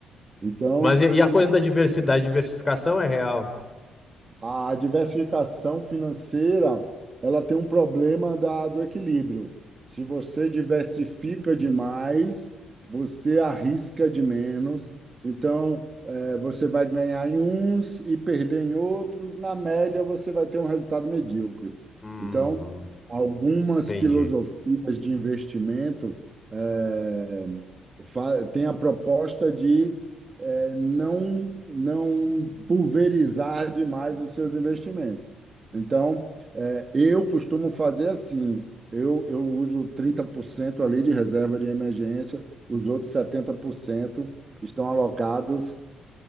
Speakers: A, on the right; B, on the left.
A: Então,
B: Mas e, e a coisa da diversidade, diversificação é real.
A: A diversificação financeira, ela tem um problema da, do equilíbrio. Se você diversifica demais, você arrisca de menos. Então, eh, você vai ganhar em uns e perder em outros. Na média, você vai ter um resultado medíocre.
B: Uhum,
A: Então, algumas
B: entendi.
A: filosofias de investimento eh, fa- têm a proposta de é, não, não pulverizar demais os seus investimentos. Então, é, eu costumo fazer assim, eu, eu uso 30% ali de reserva de emergência, os outros 70% estão alocados